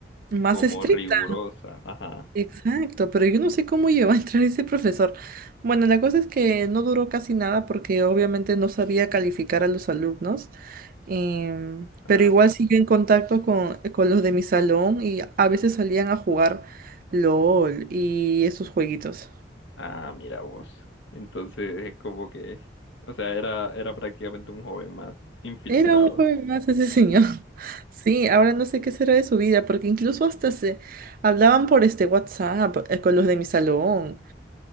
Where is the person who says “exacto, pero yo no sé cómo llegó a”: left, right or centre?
Right